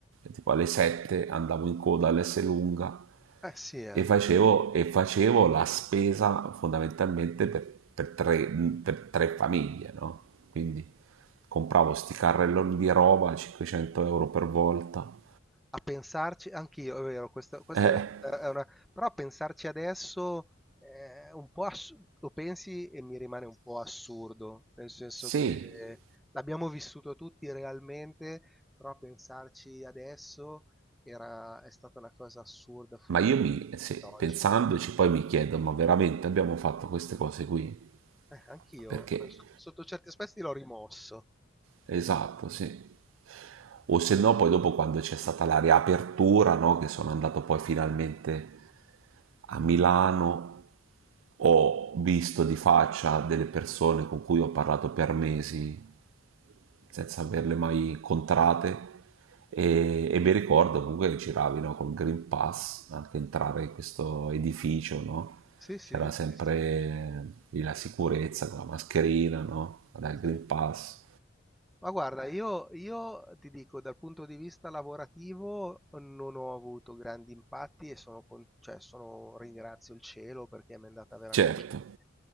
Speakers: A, on the right; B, in the centre.
A: tipo alle 7 andavo in coda all'S lunga
B: Eh sì, eh.
A: e facevo, e facevo la spesa fondamentalmente per, per tre, per tre famiglie, no? Quindi compravo sti carrelloni di roba, 500 euro per volta.
B: A pensarci anch'io, è vero, questa, questa
A: Eh,
B: è una, è una- Però a pensarci adesso è un po' ass- lo pensi e mi rimane un po' assurdo, nel senso
A: sì,
B: che l'abbiamo vissuto tutti realmente, però a pensarci adesso era, è stata una cosa assurda fuori
A: ma io mi, sì,
B: da oggi.
A: pensandoci poi mi chiedo, ma veramente abbiamo fatto queste cose qui?
B: Eh, anch'io,
A: Perché,
B: sotto, sotto certi aspetti l'ho rimosso.
A: esatto, sì. o se no poi dopo quando c'è stata la riapertura, no, che sono andato poi finalmente
B: <laughs>
A: a Milano, ho visto di faccia delle persone con cui ho parlato per mesi senza averle mai incontrate e, e mi ricordo comunque che giravi no, col Green Pass anche entrare in questo edificio, no?
B: Sì, sì,
A: c'era sempre
B: sì, sì.
A: lì la sicurezza con la mascherina, no? dal
B: Sì.
A: Green Pass.
B: Ma guarda, io, io ti dico, dal punto di vista lavorativo non ho avuto grandi impatti e sono, con- cioè, sono- ringrazio il cielo perché mi è andata veramente
A: Certo,
B: bene.